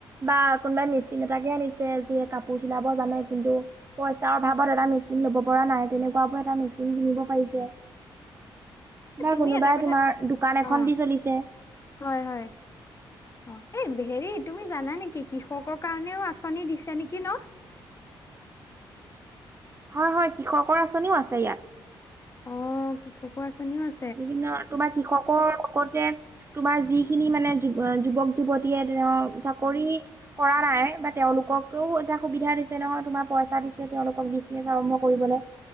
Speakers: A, on the right (about 25°); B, on the left (about 30°).
A: বা কোনোবাই মেচিন এটাকে আনিছে যিয়ে কাপোৰ চিলাব জানে কিন্তু পইচাৰ অভাৱত এটা মেচিন লব পৰা নাই তেনেকুৱা এটা মেচিন কিনিব পাৰিছে।
B: এ
A: বা
B: তুমি
A: কোনোবাই
B: এটা কথা
A: তোমাৰ দোকান
B: অ'
A: এখন দি চলিছে।
B: হয় হয়। অ' এই হেৰিত তুমি জানা নেকি কৃষকৰ কাৰণেও আঁচনি দিছে নেকি ন'?
A: হয় হয় কৃষকৰ আঁচনিও আছে ইয়াত।
B: অ' কৃষকৰ আঁচনিও আছে।
A: বিভিন্ন তোমাৰ কৃষকৰ লগতে তোমাৰ যিখিনি মানে যুৱক যুৱতীয়ে ধৰা চাকৰি কৰা নাই বা তেওঁলোককওঁ এটা সুবিধা দিছে নহয়, তোমাৰ পইচা দিছে তেওঁলোকক বিজনেচ আৰম্ভ কৰিবলৈ।